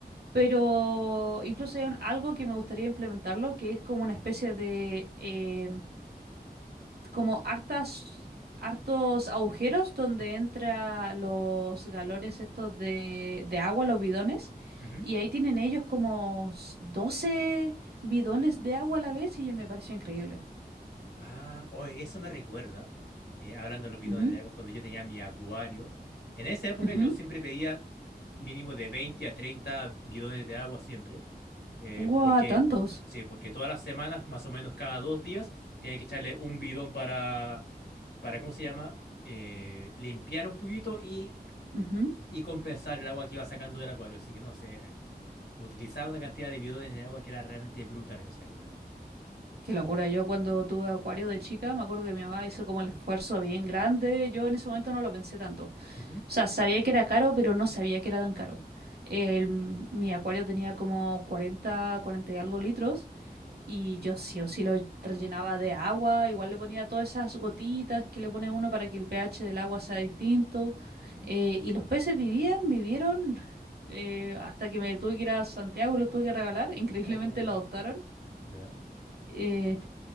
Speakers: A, on the right; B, on the left.
A: pero incluso hay un- algo que me gustaría implementarlo, que es como una especie de, em, como hartas, hartos agujeros donde
B: <laughs>
A: entra los galones estos de, de agua, los bidones.
B: Ujú.
A: Y ahí tienen ellos como s- 12 bidones de agua a la vez y me pareció increíble.
B: Ah, oye, eso me recuerda, eh, hablando de los bidones
A: Ujú,
B: de agua, cuando yo tenía mi acuario. En esa época
A: ujú.
B: yo siempre pedía mínimo de 20 a 30 bidones de agua siempre, eh,
A: ¡Guau!
B: porque,
A: tantos.
B: sí, porque todas las semanas, más o menos cada dos días, tenía que echarle un bidón para, para ¿cómo se llama? Eh, limpiar un poquito y,
A: Ujú.
B: y compensar el agua que iba sacando del acuario. Así que no sé, Utilizaba una cantidad de bidones de agua que era realmente brutal en esa época.
A: Qué locura. Yo cuando tuve acuario de chica, me acuerdo que mi mamá hizo como el esfuerzo bien grande. Yo en ese momento no lo pensé tanto. O
B: Ujú,
A: sea, sabía que era caro, pero no sabía que era tan caro. El- mi acuario tenía como cuarenta, 40 y algo litros y yo sí o sí lo rellenaba de agua, igual le ponía todas esas gotitas que le pone uno para que el pH del agua sea distinto.
B: ujú.
A: Eh, y los peces vivían, vivieron eh, hasta que me tuve que ir a Santiago y los tuve que regalar, <laughs> increíblemente
B: Oh,
A: lo adoptaron.
B: ¿Ya?
A: Eh,